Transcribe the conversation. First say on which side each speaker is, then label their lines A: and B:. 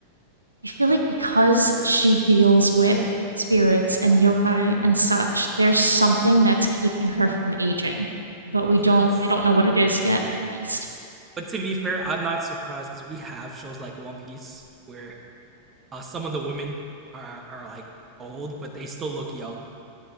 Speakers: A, on the right; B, on the right.
A: I feel like because she deals with spirits and yokai and such, there's something that's keeping her from aging. But we
B: <laughs> yes,
A: don't, I don't know what it is yet, at least.
B: but to be fair, I'm not surprised because we have shows like One Piece where uh, some of the women are are like old, but they still look young.